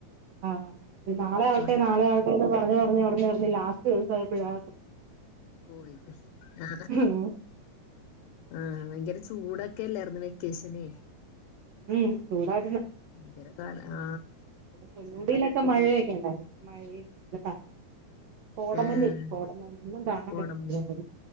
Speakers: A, on the right; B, on the left.
A: ആ നാളെ ആവട്ടെ
B: അവിടെയൊക്കെ
A: നാളെ ആവട്ടെ എന്ന് പറഞ്ഞ് പറഞ്ഞ് പറഞ്ഞ് ലാസ്റ്റൂസായപ്പഴാ
B: പോയിത് ആ
A: ഉം
B: ആഹ് ഭയ്ങ്കര ചൂടൊക്കെല്ലായിർന്നു വെക്കേഷനെ
A: ഉം ചൂടാർന്ന്
B: <unintelligible> ആ
A: പൊന്മുടിയിലൊക്കെ മഴയൊക്കെണ്ടായിരുന്നു മഴയും നല്ല തണുപ്പും കോടമഞ്ഞില്ലേ
B: ആഹ്
A: കോടമലഞ്ഞും ഒന്നും കാണാൻ
B: കോടമഞ്ഞ്
A: പറ്റുന്നില്ല